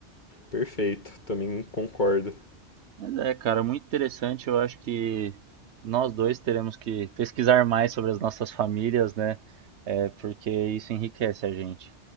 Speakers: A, on the left (about 40°); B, on the right (about 75°).
A: Perfeito, também concordo.
B: Mas é, cara, muito interessante. Eu acho que nós dois teremos que pesquisar mais sobre as nossas famílias, né? É, porque isso enriquece a gente.